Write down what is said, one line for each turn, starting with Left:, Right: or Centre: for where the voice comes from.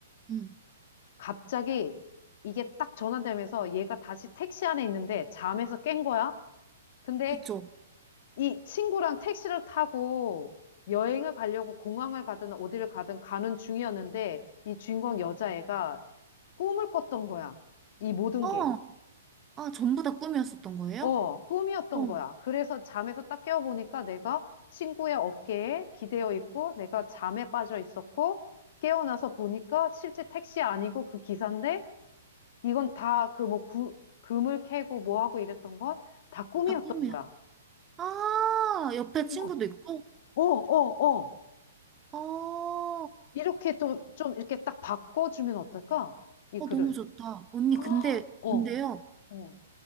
Right: 음
Left: 갑자기 이게 딱 전환되면서 얘가 다시 택시 안에 있는데 잠에서 깬 거야? 근데
Right: 그쵸
Left: 이 친구랑 택시를 타고 여행을 가려고 공항을 가든 어디를 가든 가는 중이었는데 이 주인공 여자애가 꿈을 꿨던 거야. 이 모든
Right: 어아
Left: 게.
Right: 전부 다 꿈이었었던 거예요?
Left: 어, 꿈이었던
Right: 어
Left: 거야.
Right: 다
Left: 그래서 잠에서 딱 깨어보니까 내가 친구의 어깨에 기대어 있고 내가 잠에 빠져 있었고 깨어나서 보니까 실제 택시 아니고 그 기사인데 이건 다 그 뭐 금을 캐고 뭐 하고 이랬던 건 다 꿈이었던
Right: 꿈이야
Left: 거야.
Right: 아 옆에 친구도
Left: 이거,
Right: 있고
Left: 어, 어, 어.
Right: 어,
Left: 이렇게 또 좀 이렇게 딱 바꿔주면 어떨까? 이
Right: 어
Left: 글을.
Right: 너무 좋다 언니
Left: <gasps>
Right: 근데
Left: 헉, 어,
Right: 근데요
Left: 어,